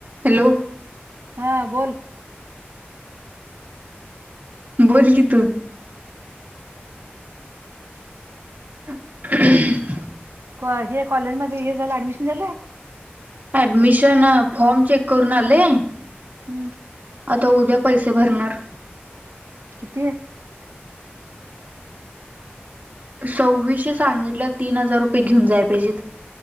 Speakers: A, on the right; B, on the right.
A: Hello.
B: हा बोल.
A: बोल की तू. <unintelligible>
B: कॉ हे कॉलेज मध्ये हे झालं ऍडमिशन झालं.
A: ऍडमिशन फॉर्म चेक करून आले
B: हम्म.
A: आता उद्या पैसे भरणार.
B: किती?
A: सव्वीसशे सांगितल्यात तीन हजार रुपये घेऊन जाय पाहिजेत.